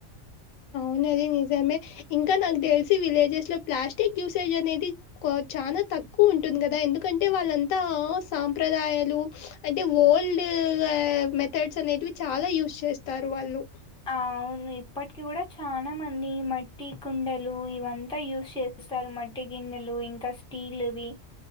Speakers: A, on the left; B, in the centre.
A: న్నది నిజమే ఇంకా నాకు తెల్సీ విలేజెస్ లో ప్లాస్టిక్ యూసేజ్ అనేది చానా తక్కు తక్కువ ఉంటుంది గదా ఎందుకంటే వాళ్ళంతా సాంప్రదాయాలు అంటే ఓల్డ్ మెథడ్స్ అనేటివి చాలా యూస్ చేస్తారు వాళ్ళు
B: అ అవును ఇప్పటికి కూడా చాలా మంది మట్టి కుండలు ఇవంతా యూస్ చే స్తారు మట్టి గిన్నెలు ఇంకా స్టీల్ వి